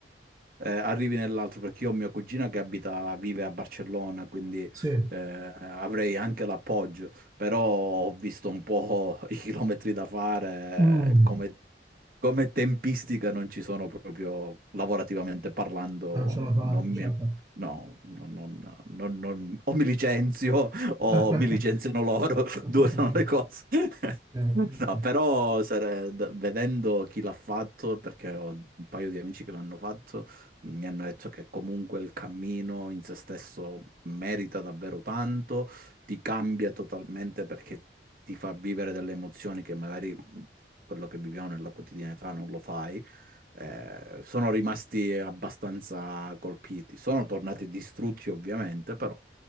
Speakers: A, on the right; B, on the right.
A: eh, arrivi nell'altro perché io ho mia cugina che abita, vive a Barcellona, quindi
B: Sì.
A: eh, avrei anche l'appoggio, però ho visto un po' <laughs> i chilometri da fare,
B: Mm.
A: eh, come, come tempistica non ci sono proprio, lavorativamente parlando,
B: Ah, non ce
A: non
B: la fa, non
A: mi...
B: ce la fa.
A: No, non- non- non- non- o mi licenzio <laughs>
B: <laughs>
A: o mi licenziano loro, <laughs>
B: Ok,
A: due sono
B: ok,
A: le cose. <laughs>
B: ok.
A: No,
B: ok.
A: però sare- d- vedendo chi l'ha fatto, perché ho un paio di amici che l'hanno fatto, mi hanno detto che comunque il cammino in se stesso merita davvero tanto, ti cambia totalmente perché ti fa vivere delle emozioni che magari mh, quello che viviamo nella quotidianità non lo fai. Eh, sono rimasti abbastanza colpiti. Sono tornati distrutti, ovviamente, però.